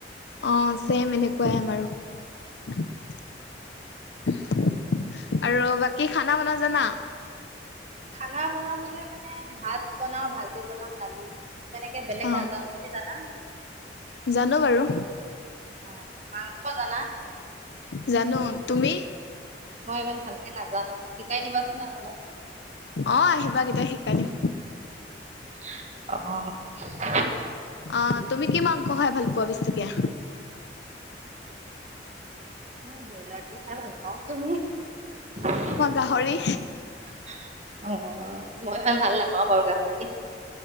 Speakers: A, on the left (about 75°); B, on the right (about 40°).
A: অ', ছেম এনেকুৱাই আমাৰো আৰু বাকী খানা বনোৱা জানা?
B: খানা বনাবলে মানে, ভাত বনাওঁ, ভাজি বনাওঁ, দালি। তেনেকে বেলেগ
A: অ
B: নাজানো, তুমি জানা?
A: জানো বাৰু
B: অ', মাংস জানা?
A: জানো, তুমি?
B: মই ইমান ভালকে নাজানো শিকাই দিবাচোন অলপ।
A: অ', আহিবা কেতিয়া শিকাই দিম।
B: অ',
A: অ', তুমি কি মাংস খাই ভাল পোৱা বেছিকে।
B: মই বইলাৰ। <unintelligible> ভাল পাওঁ তুমি অ',
A: মই গাহৰি
B: মই ইমান ভাল নাপাওঁ বাৰু গাহৰি।